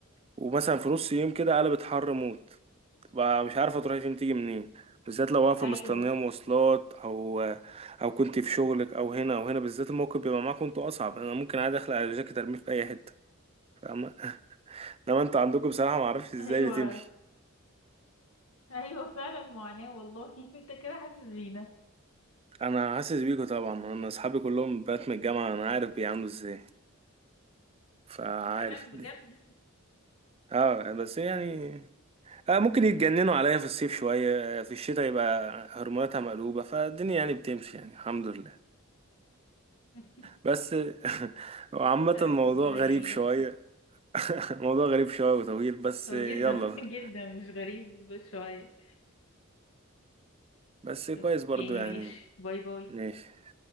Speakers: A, on the right; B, on the left.
A: ومثلا في نص يوم كده قلبت حر موت تبقى مش عارفة تروحي فين تيجي منين بالذات لو واقفة
B: ايوه
A: مستنية مواصلات أو أو كنت في شغلك أو هنا أو هنا بالذات الموقف بيبقى معاكم انتوا أصعب أنا ممكن عادي أخلع الجاكيت أرميه في أي حتة فاهمة إنما انتوا عندكم بصراحة معرفش ازاي
B: ايوه
A: بتمشي
B: ايوه فعلا معاناه والله <laughs> انت كده حاسس بينا
A: أنا حاسس بيكوا طبعا أنا أصحابي كلهم بنات من الجامعة أنا عارف بيعملوا ازاي فعارف
B: فعلا بجد
A: إن- اه بس يعني آه ممكن يتجننوا عليا في الصيف شوية في الشتاء يبقى هرموناتها مقلوبة فالدنيا يعني بتمشي يعني الحمد لله
B: <laughs>
A: بس <laughs> عامة
B: طيب
A: الموضوع
B: ربنا
A: غريب
B: يعينك
A: شوية <laughs> موضوع غريب شوية وطويل بس
B: هو
A: يلا
B: جدا <laughs> جدا مش غريب شويه
A: بس كويس
B: اوكي
A: برضو يعني
B: ماشي باي باي
A: ماشي